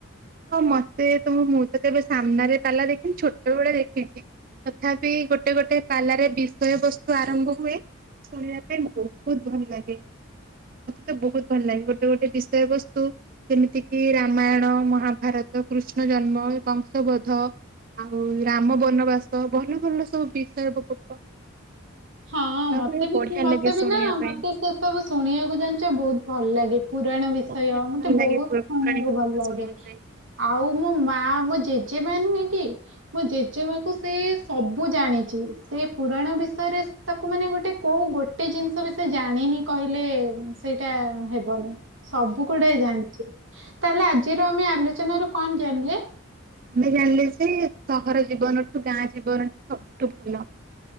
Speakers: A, on the right (about 40°); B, on the right (about 65°).
A: ହଁ ମତେ ତ ମୁଁ ମୁଁ ତ କେବେ ସାମ୍ନାରେ ପାଲା ଦେଖିନି ଛୋଟବେଳେ ଦେଖିଛି। ତଥାପି ଗୋଟେ ଗୋଟେ ପାଲାର ରେ ବିଷୟ ବସ୍ତୁ ଆରମ୍ଭ ହୁଏ ଶୁଣିବା ପାଇଁ ବହୁତ ଭଲଲାଗେ। ମତେ ତ ବହୁତ ଭଲ ଲାଗେ ଗୋଟେ ଗୋଟେ ବିଷୟ ବସ୍ତୁ ଯେମିତି କିି ରାମାୟଣ ମହା ଭାରତ କୃଷ୍ଣ ଜନ୍ମ କଂସବଧ ଆଉ ରାମ ବନବାସ ଭଲ ଭଲ ସବୁ ବିଷୟ <unintelligible>
B: ହଁ ମତେବି
A: ହୁଏ ବଢିଆ
B: ସେ ମତେବି
A: ଲାଗେ ଶୁଣିବା
B: ନା
A: ପାଇଁ
B: ମତେ ସେସବୁ ଶୁଣିବାକୁ ଜାଣିଛ ବହୁତ ଭଲଲାଗେ। ପୁରାଣ ବିଷୟ
A: ବହୁତ
B: ମତେ
A: ଭଲ
B: ବହୁତ
A: ଲାଗେ ପୌରାଣିକ
B: ଶୁଣିବାକୁ
A: କଥା
B: ଭଲ ଲାଗେ।
A: ଶୁଣିବା ପାଇଁ
B: ଆଉ ମୋ ମା ମୋ ଜେଜେମା ନୁହେଁ କି ମୋ ଜେଜେମା କୁ ସେ ସବୁ ଜାଣିଛି ସେ ପୁରାଣ ବିଷୟରେ ତାକୁ ମାନେ ଗୋଟେ କଉ ଗୋଟେ ଜିନିଷ ବି ସେ ଜାଣିନି କହିଲେ ସେଇଟା ହେବନି। ସବୁ ଗୁଡାଏ ଜାଣିଛି ତାହେଲେ ଆଜିର ଆମେ ଆଲୋଚନ ରୁ କଣ ଜାଣିଲେ?
A: ଆମେ ଜାଣିଲେ ଯେ ସହର ଜୀବନଠୁ ଗାଁ ଜୀବନ ଟା ସବୁଠୁ ଭଲ।